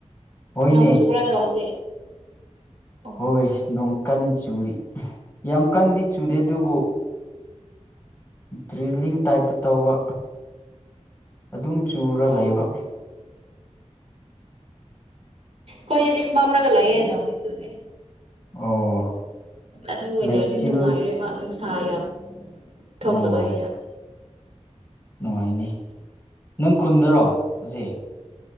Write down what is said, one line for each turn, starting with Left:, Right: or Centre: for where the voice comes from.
Left: ꯍꯣꯏꯅꯦ
Right: ꯅꯣꯡ ꯆꯨꯕ꯭ꯔꯥꯗꯣ ꯍꯧꯖꯤꯛ ꯑꯣ
Left: ꯍꯣꯏ ꯅꯣꯡ ꯀꯟꯆꯨꯔꯤ ꯌꯥꯝ ꯀꯟꯗꯤ ꯆꯨꯨꯗꯦ ꯑꯗꯨꯕꯨ ꯗ꯭ꯔꯤꯖꯂꯤꯡ ꯇꯥꯏꯞꯇ ꯇꯧꯕ ꯑꯗꯨꯝ ꯆꯨꯔ
Right: ꯑꯣ
Left: ꯂꯩꯕ
Right: ꯍꯣꯏ ꯑꯗꯨꯗꯤ ꯃꯥꯝꯂꯒ ꯂꯩꯌꯦ ꯅꯣꯡꯗꯤ ꯆꯨꯗꯦ
Left: ꯑꯣ
Right: ꯑꯗꯣ ꯋꯦꯗꯔꯁꯦ
Left: ꯂꯩꯆꯤꯜ
Right: ꯅꯨꯡꯉꯥꯏꯔꯦꯕ ꯅꯨꯡ ꯍꯥꯌꯥꯝ ꯊꯣꯛꯇꯕꯩꯔ
Left: ꯑꯣ ꯅꯨꯡꯉꯥꯏꯅꯤ ꯅꯪ ꯈꯨꯟꯗꯔꯣ ꯍꯧꯖꯤꯛ